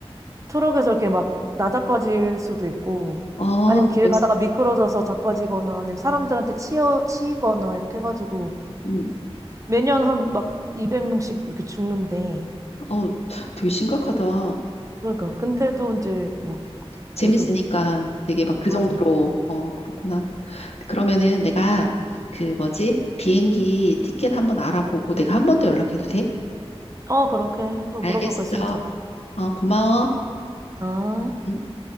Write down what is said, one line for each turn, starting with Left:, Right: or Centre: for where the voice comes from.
Right: 트럭에서 이렇게 막 나자빠질 수도 있고
Left: 아,
Right: 아니면 길
Left: 그래서,
Right: 가다가 미끄러져서 자빠지거나 아니면 사람들한테 치여 치이거나 이렇게 해가지고
Left: 응.
Right: 매년 한 막 200명씩 이렇게 죽는데
Left: 어, 되게 심각하다.
Right: 그러니까 근데도 이제 뭐
Left: 재밌으니까
Right: 계속
Left: 되게 막 그
Right: 맞아.
Left: 정도로, 어, 그렇구나. 그러면은 내가 그 뭐지? 비행기 티켓 한번 알아보고 내가 한 번 더 연락해도 돼?
Right: 어 그렇게 해. 또
Left: 알겠어.
Right: 물어볼 거 있으면 전화해.
Left: 어, 고마워.
Right: 아.
Left: 응.